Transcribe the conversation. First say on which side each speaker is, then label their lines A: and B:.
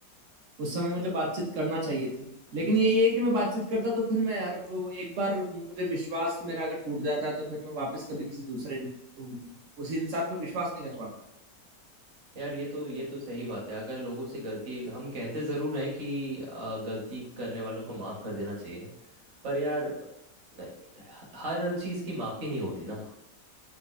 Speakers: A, on the right; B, on the right.
A: उस समय मुझे बातचीत करना चाहिए थी लेकिन यही है कि मैं बातचीत करता तो फिर मैं यार वो वो एक बार मुझे विश्वास मेरा अगर टूट जाता है तो फिर मैं वापस कभी किसी दूसरे उसी इंसान पर विश्वास नहीं कर पाता
B: यार ये तो ये तो सही बात है अगर लोगों से गलती हम कहते ज़रूर हैं कि अ, गलती करने वालों को माफ़ कर देना चाहिए पर यार नहीं, हर चीज़ की माफ़ी नहीं होती ना